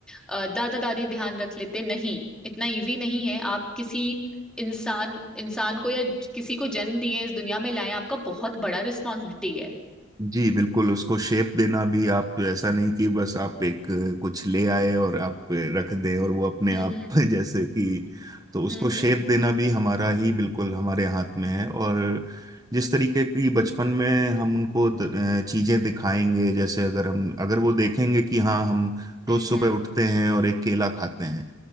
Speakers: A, in the centre; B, on the right.
A: अ, दादा दादी ध्यान रख लेते नहीं इतना इजी नहीं है आप किसी इंसान इंसान को या किसी को जन्म दिए इस दुनिया में लाए आपका बहुत बड़ा रिस्पॉन्सिबिलिटी है
B: जी बिल्कुल उसको शेप देना भी आप ऐसा नहीं कि बस आप एक अ, कुछ ले आए और आप अ, रख दें और वो अपने
A: हम्म
B: आप <laughs> जैसे कि तो उसको
A: हम्म
B: शेप
A: हम्म हम्म
B: देना भी हमारा ही बिल्कुल हमारे हाथ में है और जिस तरीके की बचपन में हम उनको द- अ, चीजें दिखाएंगे जैसे अगर हम अगर वो देखेंगे कि हाँ हम
A: हम्म
B: रोज सुबह
A: हम्म,
B: उठते हैं और एक केला खाते हैं